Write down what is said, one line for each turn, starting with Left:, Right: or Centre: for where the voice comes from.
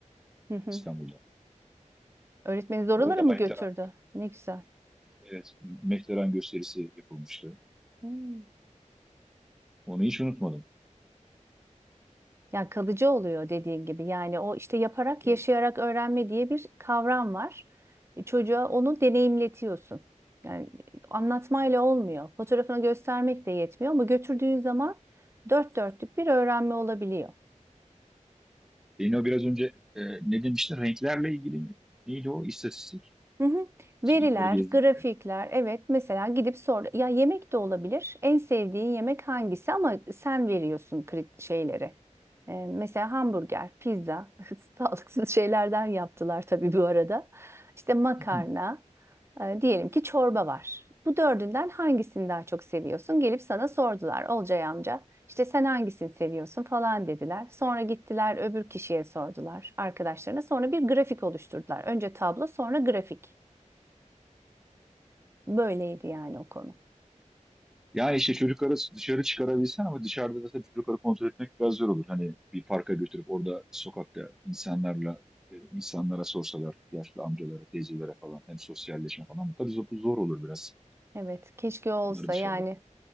Right: <laughs>
Centre: İstanbul'da.
Right: Öğretmeniz oralara
Centre: Orada
Right: mı
Centre: Maytara
Right: götürdü? Ne güzel.
Centre: Evet, McLaren gösterisi yapılmıştı.
Right: Hmm.
Centre: Onu hiç unutmadım.
Right: Yani kalıcı oluyor dediğin gibi. Yani o işte yaparak,
Centre: Tabii.
Right: yaşayarak öğrenme diye bir kavram var. E, Çocuğa onu deneyimletiyorsun. Yani anlatmayla olmuyor. Fotoğrafını göstermek de yetmiyor ama götürdüğün zaman dört dörtlük bir öğrenme olabiliyor.
Centre: Yine o biraz önce e, ne demiştin? Renklerle ilgili mi? Neydi o? İstatistik.
Right: Hı hı.
Centre: Sınıfları
Right: Veriler,
Centre: gezdikleri.
Right: grafikler, evet mesela gidip sor. Ya yemek de olabilir. En sevdiğin yemek hangisi ama sen veriyorsun krit şeyleri. Ee, mesela hamburger, pizza, <laughs> sağlıksız şeylerden yaptılar tabii bu arada. İşte makarna,
Centre: <clears throat>
Right: e, diyelim ki çorba var. Bu dördünden hangisini daha çok seviyorsun? Gelip sana sordular. Olcay amca. İşte sen hangisini seviyorsun falan dediler. Sonra gittiler öbür kişiye sordular arkadaşlarına. Sonra bir grafik oluşturdular. Önce tablo sonra grafik. Böyleydi yani o konu.
Centre: Yani işte çocukları dışarı çıkarabilsen ama dışarıda da tabii çocukları kontrol etmek biraz zor olur. Hani bir parka götürüp orada sokakta insanlarla e, insanlara sorsalar, yaşlı amcalara, teyzelere falan hem sosyalleşme falan ama tabii zor, zor olur biraz
Right: Evet, keşke olsa
Centre: onları dışarıda.
Right: yani
Centre: Hı